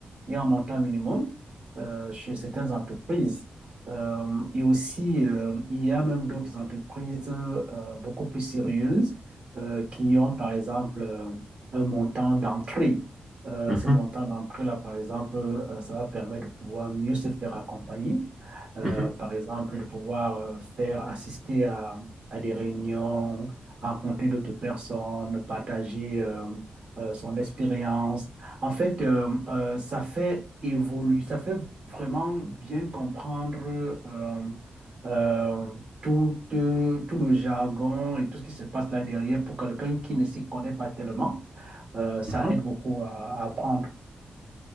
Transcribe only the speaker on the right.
Il y a un montant minimum euh, chez certaines entreprises. Euh, et aussi, euh, il y a même d'autres entreprises euh, beaucoup plus sérieuses euh, qui ont, par exemple, euh, un montant d'entrée. Euh,
ce montant d'entrée-là, par exemple, euh, ça va permettre de pouvoir mieux se faire accompagner. Euh,
par exemple, de pouvoir euh, faire assister à, à des réunions, rencontrer d'autres personnes, partager. euh, euh, son expérience. En fait, euh, euh, ça fait évoluer, ça fait vraiment bien comprendre euh, euh, tout, euh, tout le jargon et tout ce qui se passe là derrière pour quelqu'un qui ne s'y connaît pas tellement. Euh, ça
aide beaucoup à, à apprendre.